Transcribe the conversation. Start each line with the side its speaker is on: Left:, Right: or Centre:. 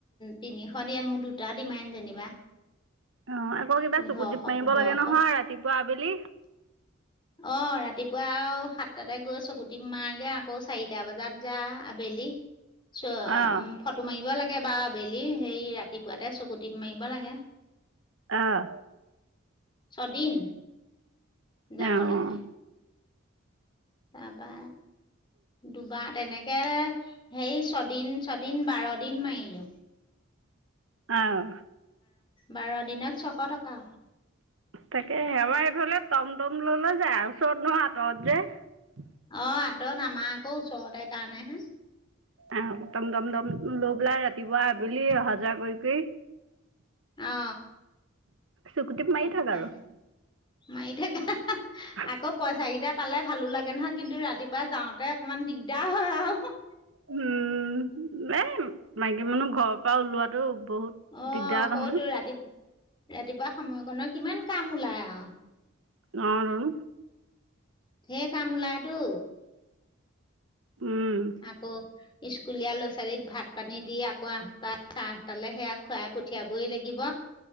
Left: তিনিশ দিয়ে মোক দুটা দিমাই যেনিবা
Right: অ আকৌ কিবা
Left: পোন্ধৰশ
Right: চকুতি মাৰিব
Left: পোন্ধৰশ
Right: লাগে নহয় ৰাতিপুৱা আবেলি
Left: অ ৰাতিপুৱা আৰু সাতটাতে গৈ চকুটি মাৰগে আকৌ চাৰিটা বজাত যা আবেলি চ উ
Right: অ'
Left: ফটো মাৰিব লাগে কেইবাৰ আবেলি সেই ৰাতিপুৱাতে চকুতি মাৰিব লাগে।
Right: অহ
Left: ছদিন যাব
Right: অ'
Left: লাগে। তাৰপা দুবাৰ তেনেকে। সেই ছদিন ছদিন বাৰ দিন মাৰিলোঁ।
Right: অহ।
Left: বাৰ দিনত ছশ টকা।
Right: তাকে আমাৰ এইফালে টমটম লৈ লৈ যায় ওচৰত নহয় আতৰত যে।
Left: অ আঁতৰত আমাৰ আকৌ ওচৰতে কাৰণে হে।
Right: আহ টম টম টম লৈ পেলাই ৰাতিপুৱা আবেলি অহা যোৱা কৰি কৰি -
Left: অ
Right: চুকুটত মাৰি
Left: তাকে
Right: থাক আৰু
Left: মাৰি থাকা
Right: <unintelligible>
Left: আকৌ পইচা কেইটা পালে ভালো লাগে নহয় কিন্তু ৰাতিপুৱা যাওঁতে অকনমান দিগদাৰ হয় আৰু
Right: উম এই মাইকী মানুহ ঘৰৰ পৰা ওলোৱাটো। বহুত
Left: আহ
Right: দিগদাৰ
Left: সতো
Right: নহয়।
Left: ৰাতি ৰাতিপুৱা সময়কণত কিমান কাম ওলাই আৰু
Right: ন দোন।
Left: ধেই কাম ওলাটো।
Right: উম
Left: আকৌ স্কুলীয়া ল'ৰা ছোৱালীক ভাত পানী। দি আকৌ আঠটা, চাৰে আঠটালে সেয়া খুৱাই পঠিয়াবই লাগিব।